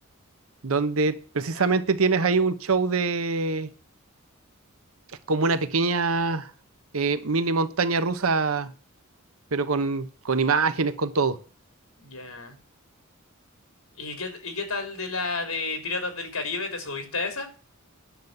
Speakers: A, on the right (about 80°); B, on the left (about 85°).
A: donde precisamente
B: Ah,
A: tienes ahí un show de, es como una pequeña eh, mini montaña rusa, pero con, con imágenes, con todo.
B: Ya. ¿Y qué, y qué tal de la de Piratas del Caribe? ¿Te subiste a esa?